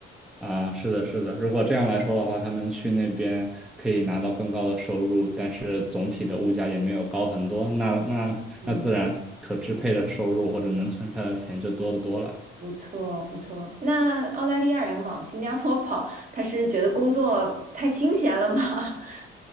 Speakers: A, in the centre; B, on the right.
A: 啊，是的，是的。如果这样来说的话，他们去那边可以拿到更高的收入，但是总体的物价也没有高很多，那那那自然可支配的收入或者能存下的钱就多得多了。
B: 嗯，不错，不错。那澳大利亚人往新加坡跑，他是觉得工作太清闲了吗？<laughs>